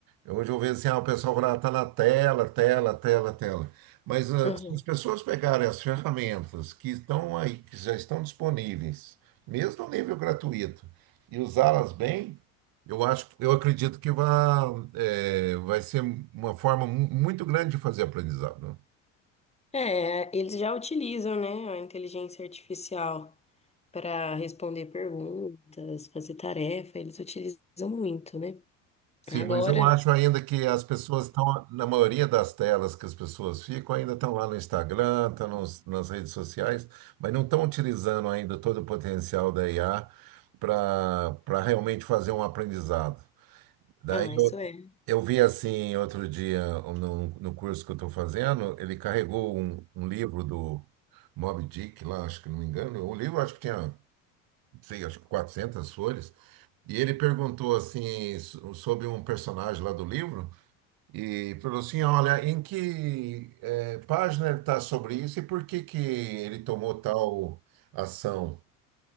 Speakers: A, on the right (about 60°); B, on the left (about 15°).
A: Hoje eu vejo assim, ah, o pessoal fala, está na tela, tela, tela, tela. Mas ah,
B: Uhum.
A: se as pessoas pegarem as ferramentas que estão aí, que já estão disponíveis, mesmo no nível gratuito, e usá-las bem, eu acho, eu acredito que vai, vai ser uma forma mu- muito grande de fazer aprendizado.
B: É, eles já utilizam, né, a inteligência artificial para responder perguntas, fazer tarefa, eles utilizam muito, né?
A: Sim,
B: Agora,
A: mas eu acho ainda que as pessoas estão, na maioria das telas que as pessoas ficam, ainda estão lá no Instagram, estão nos- nas redes sociais, mas não estão utilizando ainda todo o potencial da IA para para realmente fazer um aprendizado. Daí
B: ah, isso
A: eu,
B: é.
A: eu vi assim outro dia no, no curso que eu estou fazendo, ele carregou um, um livro do Moby Dick lá, acho que não me engano, o livro acho que tinha, não sei, acho que 400 folhas, e ele perguntou assim so- sobre um personagem lá do livro. E falou assim, olha, em que eh, página ele está sobre isso e por que que ele tomou tal ação?